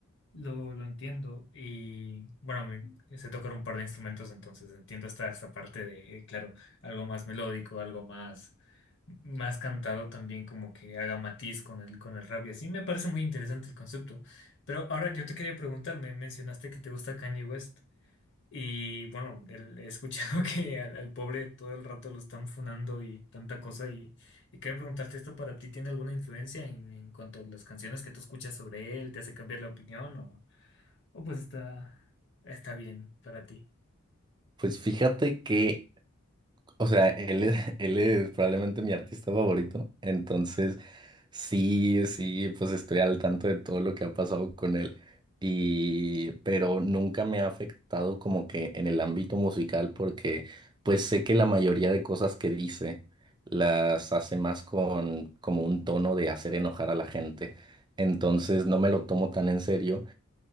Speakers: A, on the left (about 55°); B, on the right (about 20°).
A: Lo, lo entiendo y bueno, me, sé tocar un par de instrumentos, entonces entiendo esta, esta parte de, eh, claro, algo más melódico, algo más, más cantado también, como que haga matiz con el, con el rap y así. Me parece muy interesante el concepto. Pero ahora yo te quería preguntar, me mencionaste que te gusta Kanye West y bueno, el- he escuchado <laughs> que al, al pobre todo el rato lo están funando y tanta cosa y, y quería preguntarte esto para ti, ¿tiene alguna influencia en, en cuanto a las canciones que tú escuchas sobre él? ¿Te hace cambiar la opinión o...? Oh, pues está, está bien para ti.
B: Pues fíjate que O sea, él es, <laughs> él es probablemente mi artista favorito, entonces sí, sí, pues estoy al tanto de todo lo que ha pasado con él, y, pero nunca me ha afectado como que en el ámbito musical porque pues sé que la mayoría de cosas que dice las hace más con como un tono de hacer enojar a la gente, entonces no me lo tomo tan en serio